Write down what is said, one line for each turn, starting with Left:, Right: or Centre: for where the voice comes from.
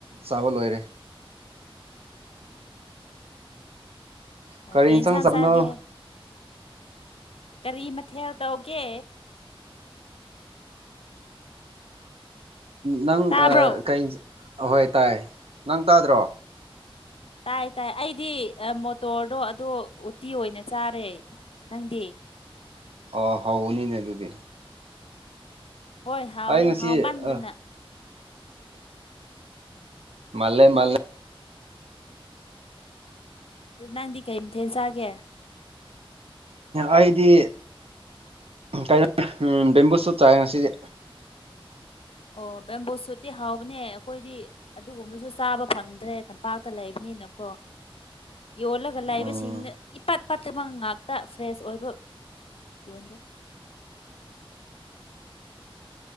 Right: ꯆꯥꯕ ꯂꯣꯏꯔꯦ
Left: ꯑꯣ
Right: ꯀꯔꯤ
Left: ꯀꯩ
Right: ꯏꯟꯁꯥꯡ ꯆꯥꯅꯣ
Left: ꯆꯥꯒꯦ ꯀꯔꯤ ꯃꯊꯦꯜ ꯇꯧꯒꯦ
Right: ꯅꯪ
Left: ꯇꯥꯕ꯭ꯔꯣ
Right: ꯀ ꯑꯍꯣꯏ ꯇꯥꯏ ꯅꯪ ꯇꯥꯗ꯭ꯔꯣ
Left: ꯇꯥꯏ ꯇꯥꯏ ꯑꯩꯗꯤ ꯃꯣꯇꯣꯔꯗꯣ ꯑꯗꯨꯗꯣ ꯎꯇꯤ ꯑꯣꯏꯅ ꯆꯥꯔꯦ ꯅꯪꯗꯤ
Right: ꯑꯣ ꯍꯧꯕꯅꯤꯅꯦ ꯑꯗꯨꯗꯤ
Left: ꯍꯣꯏ ꯍꯥꯎꯋꯦ
Right: ꯑꯩ ꯉꯁꯤ
Left: ꯍꯥꯎ ꯃꯥꯟꯗꯅ
Right: ꯑꯥ ꯃꯥꯜꯂꯦ ꯃꯥꯜ
Left: ꯅꯪꯗꯤ ꯀꯩ ꯃꯇꯦꯟ ꯆꯥꯒꯦ
Right: ꯑꯩꯗꯤ ꯀ ꯕꯦꯝꯕꯨꯁꯁꯨ ꯆꯥꯏ ꯉꯁꯤꯗꯤ
Left: ꯑꯣ ꯕꯦꯝꯕꯨ ꯁꯨꯠꯇꯤ ꯍꯥꯎꯕꯅꯦ ꯑꯩꯈꯣꯏꯗꯤ ꯑꯗꯨꯒꯨꯝꯕꯁꯨ ꯆꯥꯕ ꯐꯪꯗ꯭ꯔꯦ ꯇꯝꯄꯥꯛꯇ ꯂꯩꯕꯅꯤꯅꯀꯣ ꯌꯣꯜꯂꯒ ꯂꯥꯏꯕꯁꯤꯡꯅ
Right: ꯎꯝ
Left: ꯏꯄꯥꯠ ꯄꯠꯇꯕ ꯉꯥꯛꯇ ꯐ꯭ꯔꯦꯁ ꯑꯣꯏꯕ ꯌꯣꯟꯗꯦ